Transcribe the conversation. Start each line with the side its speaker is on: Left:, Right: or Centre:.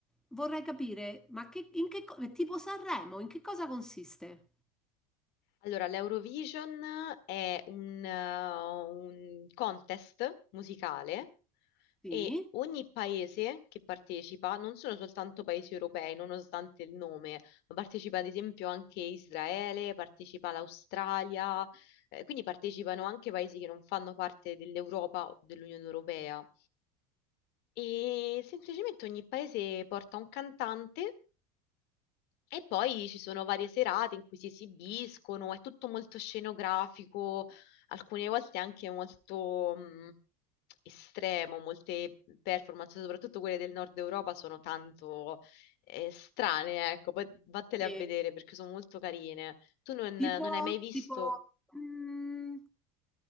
Centre: vorrei capire, ma che, in che, co- è tipo Sanremo, in che cosa consiste?
Left: Allora, l'Eurovision è un, eh, un contest musicale
Centre: Sì?
Left: e ogni paese che partecipa, non sono soltanto paesi europei, nonostante il nome, ma partecipa ad esempio anche Israele, partecipa l'Australia, eh, quindi partecipano anche paesi che non fanno parte dell'Europa o dell'Unione Europea. E semplicemente ogni paese porta un cantante E poi ci sono varie serate in cui si esibiscono, è tutto molto scenografico, alcune volte anche molto mh, estremo, molte performance, soprattutto quelle del nord Europa, sono tanto eh, strane, ecco, poi vattele
Centre: Sì.
Left: a vedere perché sono molto carine. Tu non,
Centre: Tipo,
Left: non hai mai visto,
Centre: tipo, mh,